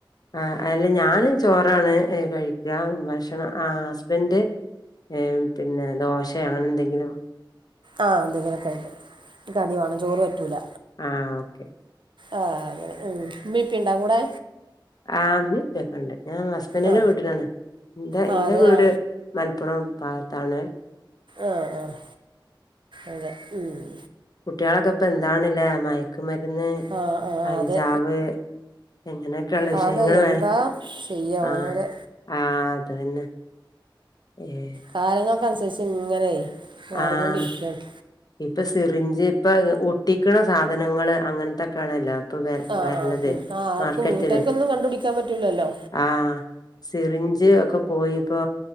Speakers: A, on the left; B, on the right.
A: ആഹ് അതല്ല ഞാന് ചോറാണ് കഴിക്കാ ഭക്ഷണം ആഹ് ഹസ്ബൻഡ് ഏഹ് പിന്നെ ദോഷേ അങ്ങനെ ന്തെങ്കിലും.
B: ആഹ് എന്തെങ്കിലെക്കെ ആയിട്ട് കടി വാണം ചോറ് പറ്റൂല.
A: ആ ഓക്കെ
B: ആഹ് അതെ ഉം ഉമ്മീം ഇപ്പിം ണ്ടാ കൂടെ?
A: ആഹ് മ്മീം ഇപ്പിക്കണ്ട് ഞാൻ ഹസ്ബന്റിന്റെ
B: ആ
A: വ്ട്ടിലാണ് ഇൻ്റെ
B: ആ
A: ഇന്റെ
B: അതെ
A: വീട്
B: ആ ആ
A: മൽപ്പുറം ഭാഗത്താണ്.
B: ആഹ് ആഹ് അതെ ഉം.
A: കുട്ട്യാളൊക്കെ ഇപ്പൊ എന്താണ്ല്ലേ മയക്കുമര്ന്ന്
B: ആ ആ
A: കഞ്ചാവ്
B: അതെ
A: എങ്ങനെയൊക്കെയുള്ള
B: ആ
A: വിഷയങ്ങള്
B: അതെ എന്താ
A: വേ
B: ചെയ്യുക
A: ആഹ്.
B: ഓരോരോ
A: ആഹ് അത് തന്നെ ഏഹ്.
B: കാലങ്ങൾക്ക് അനുസരിച്ച് ഇങ്ങനെയ് മാറിക്കൊണ്ടിരിക്കാണ്.
A: ആ ഇപ്പൊ സിറിഞ്ച് ഇപ്പ ഒട്ടിക്ക്ണ സാധനങ്ങള് അങ്ങൻത്തൊക്കെയാണല്ലോ. പ്പം വ
B: ആഹ്
A: വര്ണത്
B: ആഹ് ഉം ആഹ് ആർക്കും
A: മാർക്കറ്റില്
B: വീട്ടുകാർക്കൊന്നും കണ്ടുപിടിക്കാൻ പറ്റൂലല്ലോ
A: ആഹ്. സിറിഞ്ച് ഒക്കെ പോയിപ്പോ